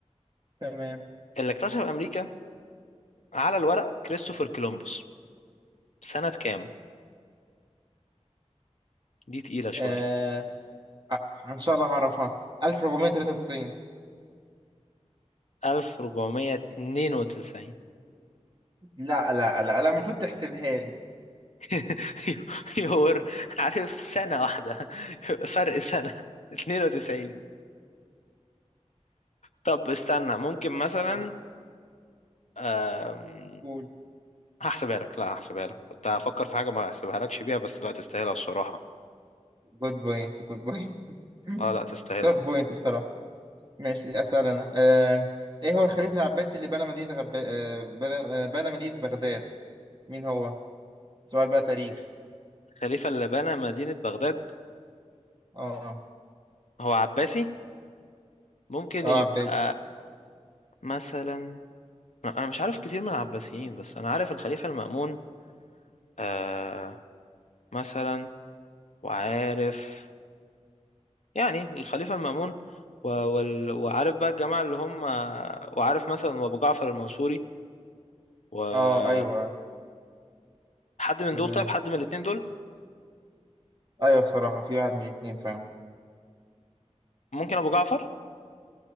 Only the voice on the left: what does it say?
اللي اكتشف امريكا على الورق كريستوفر كولومبوس سنه كام دي تقيله شويه
1492
<laughs> يور عارف سنة واحدة <laughs> فرق سنة 92 طب استنى ممكن مثلا
أم...
هحسبها لك لا هحسبها لك كنت هفكر في حاجة ما هحسبها لكش بيها بس لا تستاهلها الصراحة
اه لا تستاهلها
الخليفة اللي بنى مدينة بغداد
هو عباسي ممكن
يبقى
مثلا لا، انا مش عارف كتير من العباسيين بس انا عارف الخليفة المأمون آه مثلا وعارف يعني الخليفة المأمون و... وال... وعارف بقى الجماعة اللي هم وعارف مثلا أبو جعفر المنصوري وحد
من
دول طيب حد من الاتنين دول
ممكن أبو جعفر؟